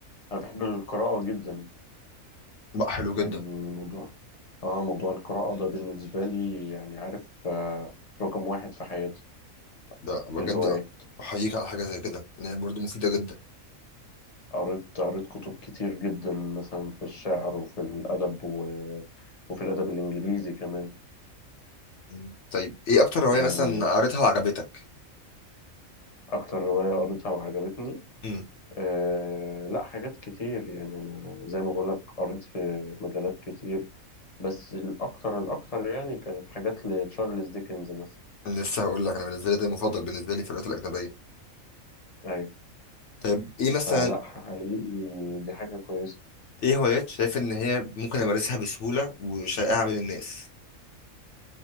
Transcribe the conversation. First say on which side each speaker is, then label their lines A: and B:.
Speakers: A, on the left; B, on the left.
A: أنا بحب القراءة جدا
B: بقى حلو
A: يعني
B: جدا
A: موضوع آه موضوع القراءة ده بالنسبة لي يعني عارف آه رقم واحد في حياتي
B: ده بجد
A: في الهواية
B: احييك على حاجه زي كده ان هي برضه مفيده جدا
A: قريت قريت كتب كتير جدا مثلا في الشعر وفي الأدب و... وفي الأدب الإنجليزي كمان
B: مم. طيب ايه اكتر هوايه
A: مم. يعني
B: مثلا قريتها وعجبتك
A: أكتر رواية قريتها وعجبتني
B: امم
A: أه لا حاجات كتير يعني أنا زي ما بقولك قريت في مجالات كتير بس الأكتر الأكتر يعني كانت حاجات لتشارلز ديكنز مثلا
B: لسه هقول لك انا بالنسبه لي ده المفضل بالنسبه لي في الهوايات الاجنبيه
A: أيوة
B: طيب ايه مثلا
A: فلا حقيقي دي حاجة كويسة
B: ايه هوايات شايف ان هي ممكن امارسها بسهوله وشائعه بين الناس